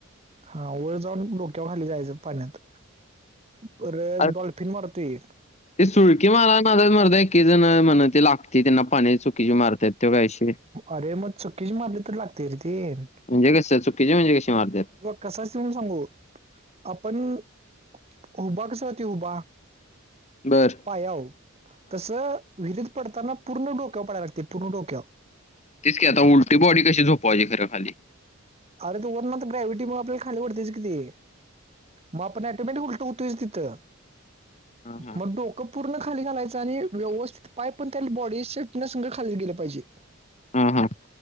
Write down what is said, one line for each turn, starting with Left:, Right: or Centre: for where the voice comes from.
Right: हा वर जाऊन डोक्यावर खाली जायचं पाण्यात पर
Left: अरे
Right: डॉल्फिन मारतोय,
Left: ते सुळकी मारनाच्या नादात मर्दा एकी जण म्हणं लागते त्यांना पाणीची चुकीची मारतात त काहीशी-
Right: अरे मग चुक्कीच मारली तर लागते रे ते.
Left: म्हणजे कसं चुकीचे म्हणजे कशी मारतात
Right: कसं असतं सांगू आपण- उभ कस होती उभा
Left: बरं
Right: पायावर तसं विहिरीत पडताना पूर्ण डोक्यावर पडायला लागते पूर्ण डोक्यावर.
Left: तेच की आता उलटी बॉडी कशी झोपव्हायची खरं खाली.
Right: अरे ते वरण तर ग्राविटी मुळे मग आपल्याला खाली ओढतेच की ते. मग आपण ऑटोमॅटिक उलटं होतयच तिथं
Left: हा हा
Right: मग डोक पूर्ण खाली घालायच आणि व्यवस्थित पाय पण त्याली बॉडी सेट नस खाली गेले पाहिजे.
Left: हा हा